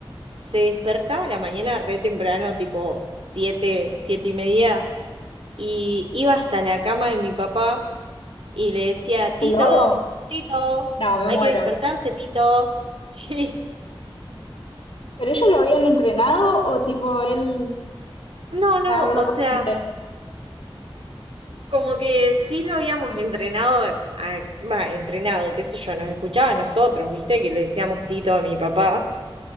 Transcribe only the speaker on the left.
¿El oro?
No, me
muero.
¿Pero ellos lo habían entrenado o tipo él
se agarró
la costumbre?